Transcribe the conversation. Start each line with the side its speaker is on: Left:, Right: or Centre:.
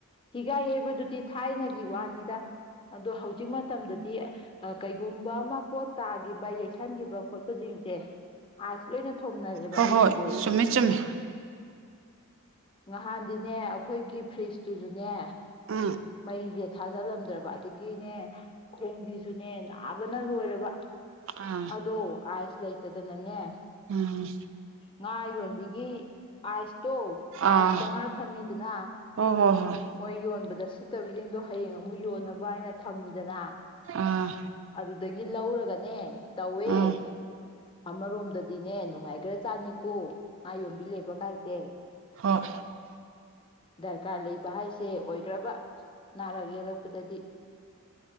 Left: ꯍꯤꯒ ꯌꯩꯕꯗꯨꯗꯤ ꯊꯥꯏꯅꯒꯤ ꯒꯤ ꯋꯥꯅꯤꯗ ꯑꯣꯗꯣ ꯍꯧꯖꯤꯛ ꯍꯧꯖꯤꯛ ꯃꯇꯝꯗꯗꯤ ꯀꯩꯒꯨꯝꯕ ꯑꯃ ꯄꯣꯠ ꯇꯥꯈꯤꯕ ꯌꯩꯁꯟꯈꯤꯕ ꯈꯣꯠꯄꯁꯤꯡꯁꯦ ꯑ ꯂꯣꯏꯅ ꯊꯣꯝꯅꯔꯛꯑꯦꯕ
Right: ꯍꯣꯏ ꯍꯣꯏ
Left: ꯎꯟꯗꯣ
Right: ꯆꯨꯝꯃꯦ ꯆꯨꯝꯃꯦ
Left: ꯅꯍꯥꯟꯗꯤꯅꯦ ꯑꯩꯈꯣꯏꯒꯤ ꯐ꯭ꯔꯤꯖꯇꯨꯁꯨꯅꯦ
Right: ꯎꯝ
Left: ꯃꯩ ꯌꯦ ꯊꯥꯖꯤꯜꯂꯝꯗ꯭ꯔꯕ ꯑꯗꯒꯤꯅꯦ ꯈꯣꯡꯁꯤꯁꯨꯅꯦ ꯅꯥꯕꯅ ꯂꯣꯏꯔꯕ
Right: ꯑꯥ
Left: ꯑꯗꯣ ꯑꯥꯏꯁ ꯂꯩꯇꯗꯅꯅꯦ
Right: ꯎꯝ
Left: ꯉꯥ ꯌꯣꯟ ꯒꯤ ꯑꯁ ꯇꯧ ꯑꯥꯏꯁꯇ
Right: ꯑꯥ
Left: ꯉꯥ ꯊꯝꯃꯤꯗꯅ
Right: ꯍꯣꯏ ꯍꯣꯏ ꯍꯣꯏ
Left: ꯃꯣꯏ ꯌꯣꯟꯕꯗ ꯁꯤꯠꯇꯕꯁꯤꯡꯗꯣ ꯍꯌꯦꯡ ꯑꯃꯨꯛ ꯌꯣꯟꯅꯕ ꯍꯥꯏꯅ ꯊꯝꯃꯤꯗꯅ
Right: ꯑꯥ
Left: ꯑꯗꯨꯗꯒꯤ ꯂꯧꯔꯒ ꯅꯦ ꯇꯧꯋꯦ
Right: ꯎꯝ
Left: ꯑꯃꯔꯣꯝꯗ ꯗꯤꯅꯦ ꯅꯨꯡꯉꯥꯏꯈꯔ ꯆꯥꯅꯤꯀꯣ ꯃꯥ ꯌꯣꯝꯕꯤ ꯂꯩꯕ ꯀꯥꯏꯖꯦ
Right: ꯍꯣꯏ
Left: ꯗꯔꯀꯥꯔ ꯂꯩꯕ ꯍꯥꯏꯁꯦ ꯑꯣꯏꯈ꯭ꯔꯕ ꯅꯔꯒ ꯌꯦꯔꯛꯄꯗꯗꯤ